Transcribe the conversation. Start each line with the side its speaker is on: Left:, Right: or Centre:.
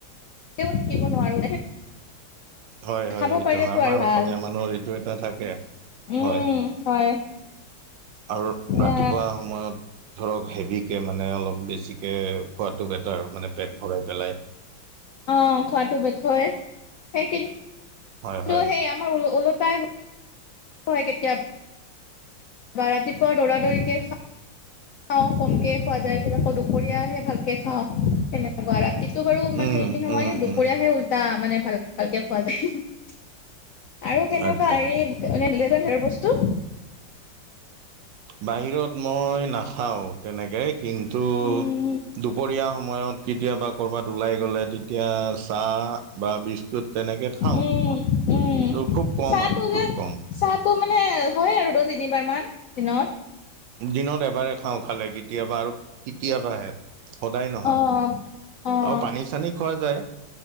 Left: কেও থাকিব নোৱাৰো।
Right: হয় হয়
Left: খাব
Right: সেইটো
Left: পাৰিলেতো
Right: হয়। আমাৰ
Left: আৰু ভাল
Right: অসমীয়া মানুহৰ এইটো এটা থাকে।
Left: উম
Right: হয়
Left: হয়।
Right: আৰু ৰাতিপুৱা
Left: এ
Right: সময়ত ধৰক হেভিকে মানে অলপ বেছি। কে খোৱাতো বেটাৰ মানে পেট ভৰাই পেলাই।
Left: অ খোৱাতো বেষয়। সেইকিন
Right: হয় হয়
Left: টো সেই আমাৰ ওলোটাই হয় কেতিয়াবা। বা। ৰাতিপুৱা দৌৰা দৌৰিকে খাওঁ। খাওঁ কমকে খোৱা যায়। আকৌ দুপৰীয়া আহে ভালকে খাওঁ সেনেকুৱা। ৰাতি টো বাৰু ইমান
Right: উম
Left: হেৰি নহয়
Right: উম
Left: দুপৰীয়াহে
Right: উম
Left: উল্টা মানে ভাল ভালকে খোৱা যায়। আৰু কেনেকুৱা
Right: আচ্ছা
Left: হেৰি বস্তু।
Right: বাহিৰত মই নাখাওঁ তেনেকে। কিন্তু দুপৰীয়া
Left: উম
Right: সময় সময়ত কেতিয়াবা কৰবাত উলাই গলে তেতিয়া চাহ বা বিচ 'ত তেনেকে খাওঁ।
Left: উম উম
Right: কিন্তু খুব কম
Left: চাহটো
Right: আৰু খুব
Left: যে,
Right: কম
Left: চাহটো মানে হয় আৰু দ তিনিবাৰ মান। দিনত।
Right: দিনত এবাৰে খাওঁ খালে কেতিয়াবা আৰু কেতিয়াবাহে সদায় নহয়।
Left: অ অ
Right: আৰু পানী চানী খোৱা যায়।